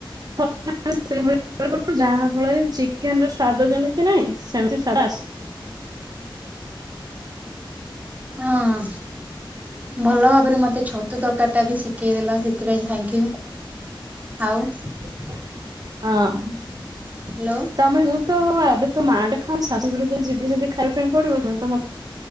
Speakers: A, on the right; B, on the right.
A: <unintelligible> ଯାହା ଫଳରେ ଚିକେନ ର ସ୍ଵାଦ ଜମେ ନାଇଁ ସେମିତି। <unintelligible>
B: ହଁ। ଭଲ ଭାବରେ ମତେ ଛତୁ ତରକାରୀ ଟା ବି ଶିଖେଇ ଦେଲ ସେଥିପାଇଁ। <unintelligible> ଆଉ
A: ହଁ।
B: ହ୍ୟାଲୋ।
A: ତମେ ମୁଁ ତ ଏବେ ତ ମ ମାଆଟେ ଖାଉ ଶାଶୁୁରରୁ ଯ ଯିବିମି ଖାଇବା ପାଇଁ ପଡିବ। <unintelligible>